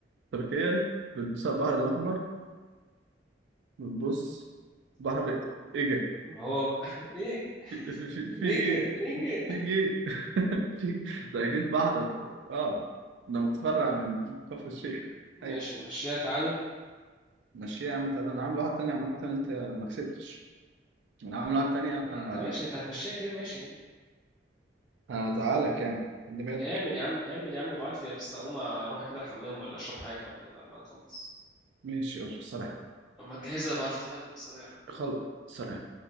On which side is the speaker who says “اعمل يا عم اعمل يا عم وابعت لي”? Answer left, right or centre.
Centre